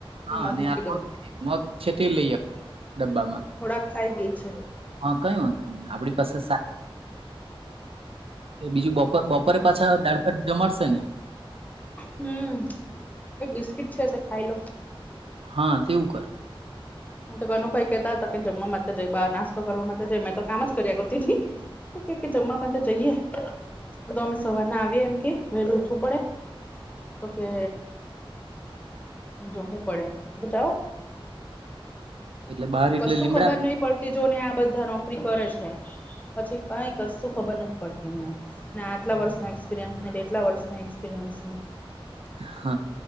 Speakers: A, on the right; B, on the left.
A: હા
B: મગ મૂકી
A: આ
B: દઉં
A: મગ છે. તે લઈ ડબ્બામાં
B: થોડાક ખાઈ ગઈ છે.
A: હા કઈ વાંધ નહી આપણી પાસે બીજું બપ બપોરે પાછા દાળભાત જમાડશે ને
B: હમ એક બિસ્કીટ છે તે ખાઈ લો
A: હા તેવું કર
B: તો કનુ ભાઈ કેતા હતા કે જમવા માટે જ બાર નાસ્તો કરવા માટે જ મેં તો કામ જ કરી કરતી કે જમવા માટે તો જઈએ તો અમે સવાર નાં આવીએ એમ કે વેલું ઉઠવું પડે તો કે જમ્મુવુ પડે બધા ઓ
A: એટલે બહાર એટલે
B: કશું
A: લીમડા
B: ખબર નહીં પડતી જોને આ બધાં નોકરી કરે છે. પછી કંઈક કસ્સું ખબર નથી પડતી એમને ના આટલાં વર્ષનો એક્સપિરયન્સ એટલાં વર્ષનો એક્સપિરિયન્સ
A: હા